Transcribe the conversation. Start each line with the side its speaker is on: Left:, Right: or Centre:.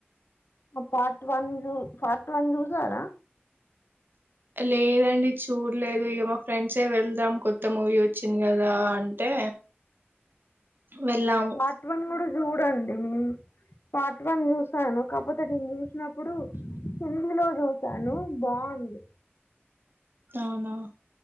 Left: పార్ట్ వన్ జూ పార్ట్ వన్ చూసారా
Right: లేదండి చూల్లేదు ఇగ మా ఫ్రెండ్సే వెళ్దాం కొత్త మూవీ వచ్చింది కదా అంటే వెళ్ళాము
Left: పార్ట్ వన్ కూడా చూడండి పార్ట్ వన్ చుసాను కాపోతే నేను చుసినప్పుడు హందిలో చుసాను బావుంది
Right: అవునా